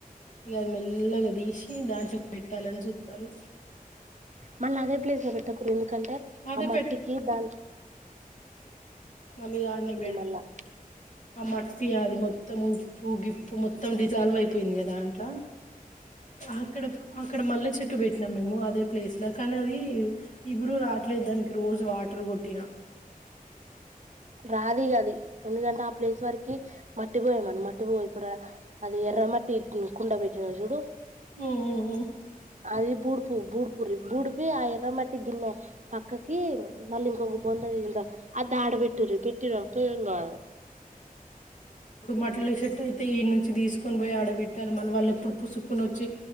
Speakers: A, on the left; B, on the right.
A: ఇగ అది మెల్లగా తీసి దాంట్లో పెట్టాలని చూస్తాను
B: మళ్ళీ అదే ప్లేస్ లో పెట్టకూడదు ఎందుకంటే
A: అదే
B: ఆ మట్టికి దాన్
A: మళ్ళ ఆడనే బేడతే
B: మళ్ళా
A: ఆ మట్టి అది మొత్ మొత్తం ఉప్పు గిప్పు మొత్తం డిజాల్వ్ అయిపోయింది కదాంట్ల అక్కడ అక్కడ మల్లె చెట్టు పెట్టినాం మేము అదే ప్లేస్ లో కానీ అది ఈ గురు రా అట్లేద్దానికి రోజు వాటర్ కొట్టినా
B: రాదిగాది ఎందుకంటే ఆ ప్లేస్ వరకి మట్టి పోయమను మట్టి పో ఇప్పుడు అది ఎర మా కుండ పెటిన జూడు
A: మ్ మ్ మ్మ్
B: అది బూడుపు బూడుపూరి బూడిపి ఆ ఎర్రమట్టి గిన్నె పక్కకి మళ్ళీ ఇంకొక బొ అది దాడ పెట్టిరి పెట్టిరునుకో ఎం కదూ
A: మట్లషట్టు అయితే ఈ నుంచి తీసుకొని పోయి ఆడబెట్టాలి మన వాళ్ళ ఎప్పుడు పుసుకుని వచ్చి